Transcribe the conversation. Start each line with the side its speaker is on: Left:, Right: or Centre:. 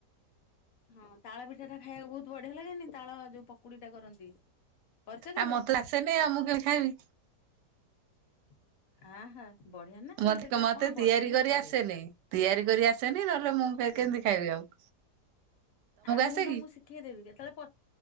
Left: ହଁ ତାଳ ପିଠା ଟା ଖାଇବାକୁ ବହୁତ ବଢିଆ ଲାଗେନି ତାଳ ଯୋଉ ପକୁଡି ଟା କରନ୍ତି। କରିଛ କେବେ?
Right: ଆଉ ମତେ ଆସେନି ଆଉ ମୁଁ କେମିତି ଖାଇବି?
Left: <inaudible> ବଢିଆ ନା
Right: ମତେ
Left: ସେଟା
Right: ମତେ
Left: କଣ ବର୍ଷକୁ
Right: ତିଆରି କରି
Left: ଥରେ
Right: ଆସେନି ତିଆରି କରି ଆସେନି ନହେଲେ ମୁଁ
Left: ଆ
Right: କେମିତି ଖାଇବି ଆଉ?
Left: <inaudible> ଆ ମୁଁ
Right: ଆସେ
Left: ତମକୁ
Right: କି?
Left: ଶିଖେଇଦେବି କେତେବେଳେ ପ